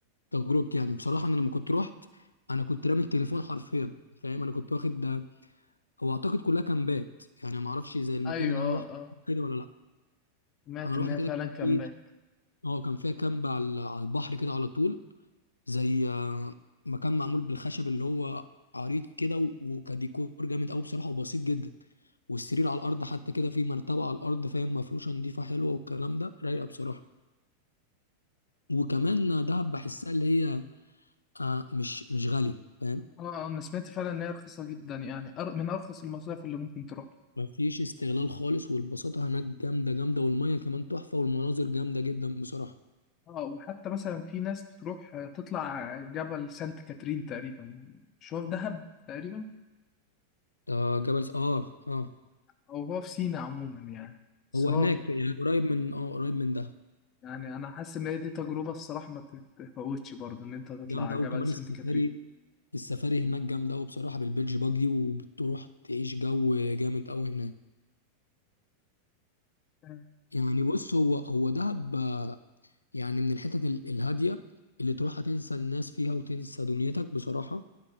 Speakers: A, on the left; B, on the left.
A: تجربتي يعني بصراحه انا لما كنت رحت انا كنت رامي التليفون حرفيا فاهم انا كنت واخد ده هو اعتقد كلها كامبات يعني ما اعرفش زي المكان
B: أيوه
A: اللي
B: آه
A: انا رحت
B: آه
A: كده ولا لا
B: سمعت
A: انا
B: إن
A: رحت
B: هي
A: كده
B: فعلا كامبات
A: كتير اه كان فيها كامب على على البحر كده على طول زي آه، مكان معمول بالخشب اللي هو عريض كده و- وكديكور جامد قوي بصراحه وبسيط جدا والسرير على الارض حتى كده في مرتبه على الارض فاهم مفروشه نظيفه حلوه والكلام ده رايقه بصراحه وكمان دهب بحسها اللي هي آه مش مش غالية فاهم
B: آه آه، أنا سمعت فعلا إن هي رخيصة جدا يعني أر- من أرخص المصايف اللي ممكن تروح
A: مفيش استغلال خالص والبساطة هناك جامدة جامدة والمية كمان تحفة والمناظر جامدة جدا بصراحة
B: اه وحتى مثلا في ناس بتروح آه، تطلع جبل سانت كاترين تقريبا مش هو في دهب تقريبا
A: آه جبل س- اه اه
B: او هو في سينا عموما يعني بس
A: هو
B: هو
A: هناك في يعني قريب من اه قريب من ده
B: يعني انا حاسس ان هي دي تجربه الصراحه ما تتفوتش برضه ان انت تطلع
A: جامدة
B: جبل
A: أوي كمان
B: سانت
A: السفاري
B: كاترين
A: السفاري هناك جامدة أوي بصراحة بالبيتش باجي وبتروح تعيش جو جامد أوي هناك
B: آه،
A: يعني بص هو هو دهب آه، يعني من الحتت ال- الهادية اللي تروح هتنسى الناس فيها وتنسى دنيتك بصراحة